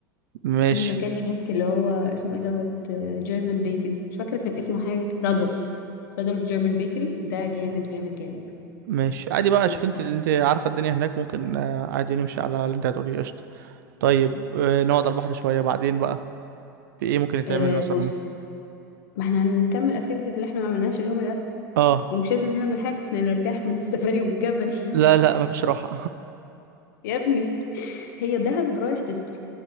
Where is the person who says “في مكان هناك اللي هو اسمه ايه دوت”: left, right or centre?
Left